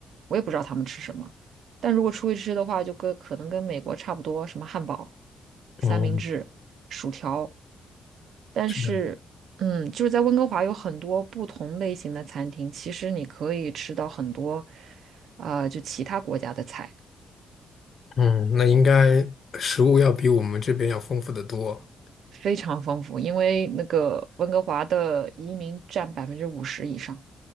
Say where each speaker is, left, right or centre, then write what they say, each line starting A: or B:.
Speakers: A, on the right (about 60°); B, on the left (about 35°).
A: 我也不知道他们吃什么，但如果出去吃的话，就跟可能跟美国差不多，什么汉堡、三明治、
B: 哦，
A: 薯条，但是。
B: 是这样
A: 嗯，就是在温哥华有很多不同类型的餐厅，其实你可以吃到很多，啊、就其他国家的菜。
B: 嗯，那应该食物要比我们这边要丰富得多。
A: 非常丰富，因为那个温哥华的移民占百分之五十以上，